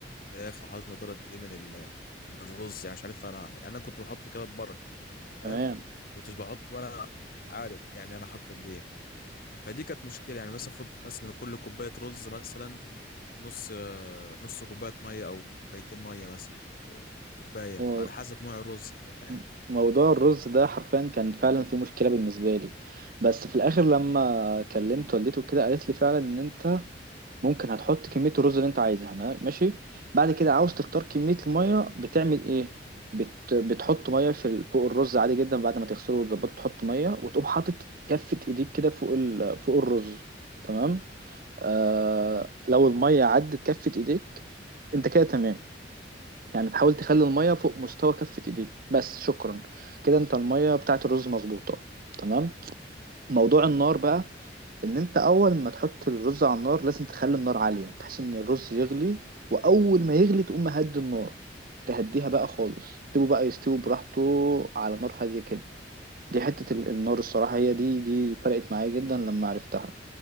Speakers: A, on the left; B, on the right.
A: الفراخ او حاطط مقدار قد ايه من ال... من الرز يعني مش عارف انا يعني انا كنت بحط كده ببركه فاهم
B: تمام
A: ما كنتش بحط وانا عارف يعني انا حاطط قد ايه فدي كانت مشكله يعني مثلا فض- مثلا لكل كوبايه رز مثلا نص آه، نص كوبايه ميه او كوبايتين ميه مثلا او كوبايه
B: هو
A: على حسب نوع الرز كده فاهم
B: م- موضوع الرز ده حرفيا كان فعلا في مشكلة بالنسبة لي بس في الآخر لما كلمت والدته كده قالت لي فعلا إن أنت ممكن هتحط كمية الرز اللي انت عايزها ما- ماشي بعد كده عاوز تختار كمية المية بتعمل ايه بت... بتحط مية في ال- فوق الرز عادي جدا بعد ما تغسله وتظبطه تحط مية وتقوم حاطط كفة ايديك كده فوق ال... فوق الرز تمام آه...
A: تمام
B: لو المية عدت كفة ايديك انت كده تمام يعني تحاول تخلي المية فوق مستوى كفة ايديك بس شكرا كده انت المية بتاعت الرز مظبوطة تمام موضوع النار بقى ان انت اول ما تحط الرز على النار لازم تخلي النار عالية بحيث ان الرز يغلي واول ما يغلي تقوم مهدي النار تهديها بقى خالص تسيبه بقى يستوي براحته على نار هادية كده دي حتة ال- النار الصراحة هي دي دي فرقت معايا جدا لما عرفتها